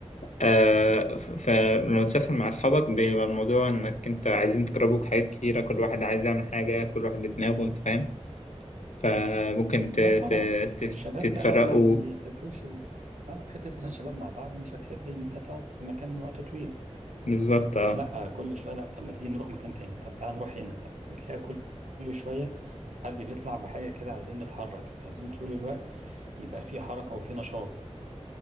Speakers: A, on the left (about 80°); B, on the right (about 80°).
A: آه، ف- فلما تسافر مع أصحابك بيبقى الموضوع إنك أنت عايزين تجربوا حاجات كتيرة كل واحد عايز يعمل حاجة كل واحد بدماغه أنت فاهم فممكن ت-
B: اه
A: ت-
B: طبعا
A: تت-
B: الشباب
A: تتفرقوا
B: بقى ما بيحبوش ال... اه في حتة مثلا شباب مع بعض مش هتحب ان انت تقعد في مكان وقت طويل
A: بالظبط أه
B: لا كل شويه لا طب ما تيجي نروح مكان تاني طب تعالى نروح هنا طب تلاقي كل كل شويه حد بيطلع بحاجه كده عايزين نتحرك عايزين طول الوقت يبقى في حركه وفي نشاط